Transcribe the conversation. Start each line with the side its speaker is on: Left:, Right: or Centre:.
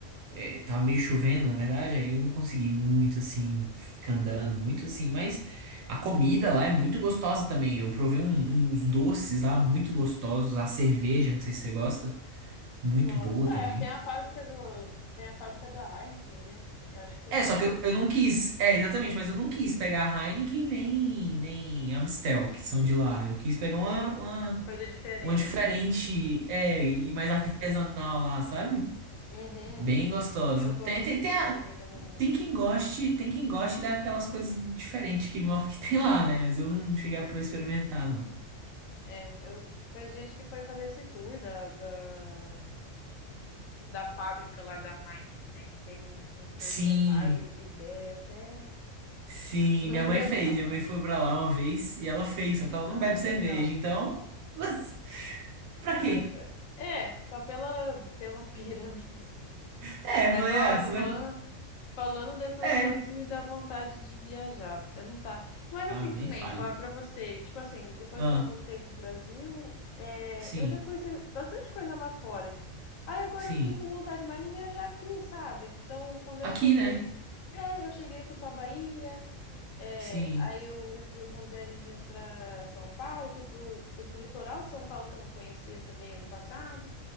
Right: é, tava meio chovendo, na verdade, aí eu não consegui muito assim, ficar andando, muito assim, mas a comida lá é muito gostosa também. Eu provei um- uns doces lá muito gostosos, a cerveja, não sei se você gosta, muito
Left: Gosto.
Right: boa
Left: É,
Right: também.
Left: tem a fábrica do, tem a fábrica da Heineken, né? Eu acho que é
Right: É,
Left: de
Right: só
Left: lá.
Right: que eu, eu não quis, é, exatamente, mas eu não quis pegar a Heineken nem, nem Amstel, que são de lá. Eu quis pegar uma,
Left: Tem
Right: uma,
Left: coisa diferente.
Right: uma diferente, é, e mais artesanal lá, sabe?
Left: Uhum.
Right: Bem gostosa.
Left: É, eu gosto
Right: Tem, tem,
Left: muito
Right: tem,
Left: de
Right: a-
Left: cerveja artesanal.
Right: Tem quem goste, tem quem goste daquelas coisas diferentes que, que tem lá, né? Mas eu não cheguei a pro experimentar, não.
Left: É, eu conheço gente que foi fazer esse tour da, da, da fábrica lá da Heineken, né? Que tem um, um tour
Right: Sim,
Left: que você paga e, e bebe até
Right: sim,
Left: <laughs> não
Right: minha mãe
Left: aguenta
Right: fez. Minha
Left: mais.
Right: mãe foi pra lá uma vez e ela fez, só que ela
Left: Ah,
Right: não bebe
Left: legal.
Right: cerveja, então. <laughs> Mas pra
Left: Ah,
Right: quê?
Left: essa. É, só pela, pela pira <laughs> mesmo.
Right: É,
Left: Mas
Right: eu falei,
Left: nossa,
Right: ah, você
Left: falando,
Right: vai.
Left: falando dessas
Right: É.
Left: coisas me dá vontade de viajar. Eu não tá. Mas
Right: Ah,
Left: assim
Right: nem
Left: também,
Right: fale.
Left: falar pra você, tipo assim, depois
Right: Ah,
Left: que eu voltei pro Brasil, é,
Right: sim,
Left: eu já conheci bastante coisa lá fora. Aí agora
Right: sim.
Left: eu fiquei com vontade mais de viajar aqui, sabe? Então, quando
Right: Aqui,
Left: eu cheguei,
Right: né?
Left: é, eu cheguei, fui pra Bahia, é,
Right: Sim,
Left: aí eu já fiz algumas viagenzinhas pra São Paulo, fui pro, fui pro litoral de São Paulo que eu não conhecia também ano passado.